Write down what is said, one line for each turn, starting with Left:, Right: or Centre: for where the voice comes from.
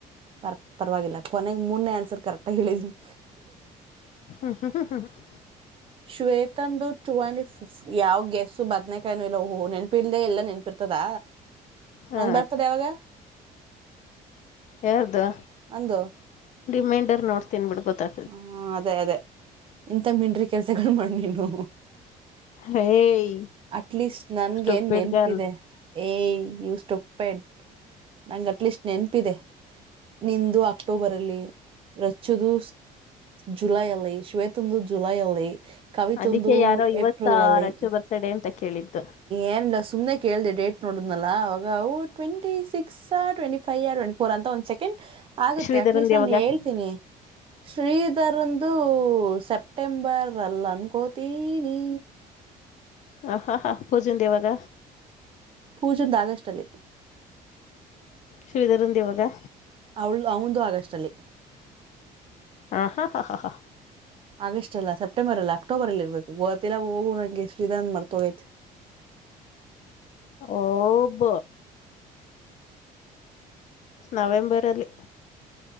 Right: ಪರ್ ಪರವಾಗಿಲ್ಲ ಕೊನೆಗೆ ಮೂರ್ನೇ answer ಕರೆಕ್ಟಾಗಿ ಹೇಳಿದೀನಿ.
Left: ಹ್ಮ್ ಹ್ಮ ಹ ಹ. <inaudible>
Right: ಶ್ವೇತಂದು ಟ್ವೆಂಟಿ ಫಿಫ್ ಯಾವ್ ಗೆಸು ಬದನೇಕಾಯನು ಇಲ್ಲ ಹೊ, ಹೊ, ಹೊ ನೆನಪಿಲ್ದೆ ಎಲ್ಲಾ ನೆನ್ಪಿರ್ತದ.
Left: ಹಾ
Right: ನನ್ ಬರ್ತಡೇ ಯಾವಾಗ?
Left: ಯಾರ್ದು
Right: ನಂದು.
Left: ರಿಮೈಂಡರ್ ನೋಡ್ತೀನಿ ಬಿಡ್ಕೊತ್ತ
Right: ಹ್ಮ, ಅದೇ -ಅದೇ ಇಂತ ಮಿಂಡ್ರಿ ಕೆಲ್ಸಗಳು ಮಾಡು ನೀನು.
Left: ಹೇಯ್
Right: ಅಟ್ಲೀಸ್ಟ್ ನಂಗೆ
Left: ಸ್ಟುಪಿಡ್
Right: ನೆನಪಿದೆ.
Left: ಗರ್ಲ್
Right: ಏಯ್ ಯೂ ಸ್ಟುಪಿಡ್ ನಂಗ್ ಅಟ್ಲೀಸ್ಟ್ ನೆನಪಿದೆ ನಿಂದು ಅಕ್ಟೋಬರ್ ಅಲ್ಲಿ ರಚ್ಚುದು ಜುಲೈ ಅಲ್ಲಿ, ಶ್ವೇತುಂದು ಜುಲೈ ಅಲ್ಲಿ. ಕವಿತಂದು
Left: ಅದಕ್ಕೆ ಯಾರೋ ಇವತ್ತ
Right: ಏಪ್ರಿಲ್ ಅಲ್ಲಿ ಅಯ್ತೆ
Left: <unintelligible> ಅಂತ ಕೇಳಿದ್ದು.
Right: ಏನಿಲ್ಲ ಸುಮ್ನೆ ಕೇಳಿದೆ ಡೇಟ್ ನೋಡಿದ್ನಲ್ಲ ಅವಾಗ ಅವು twenty six. Twenty five twenty four ಅಂತ ಒಂದ್ ಸೆಕೆಂಡ್ ಆಗುತ್ತೆ
Left: ಶ್ರೀಧರನ್
Right: ಅಟ್ಲೀಸ್ಟ್
Left: ಯಾವಾಗ
Right: ನಾನ ಹೇಳ್ತಿನಿ.
Left: <inaudible>
Right: ಶ್ರೀಧರಂದು ಸೆಪ್ಟೆಂಬರ್ ಅಲ್ಲ ಅನ್ಕೋತಿನಿ.
Left: ಹ ಹಾ ಹಾ ಪೂಜಾದು ಯಾವಾಗ.
Right: ಪೂಜಂದ್ ಆಗಸ್ಟ್ ಅಲ್ಲಿ ಅಯ್ತೆ.
Left: ಶ್ರೀಧರಂದು ಯಾವಾಗ..
Right: ಅವಳು ಅವಂದು ಆಗಸ್ಟ್ ಅಲ್ಲಿ.
Left: ಹಾ ಹಾ ಹಾ ಹಾ ಹಾ.
Right: ಆಗಸ್ಟ್ ಅಲ್ಲ ಸೆಪ್ಟೆಂಬರ್ ಅಲ್ಲ ಅಕ್ಟೋಬರಲ್ಲಿ ಇರ್ಬೇಕು ಗೊತಿಲ್ಲಾ ಹೋಗು ನಂಗೆ ಶ್ರೀಧರಂದು ಮರ್ತೋಗೈತೆ.
Left: ಓಪ ನವೆಂಬರ್ ಅಲ್ಲಿ.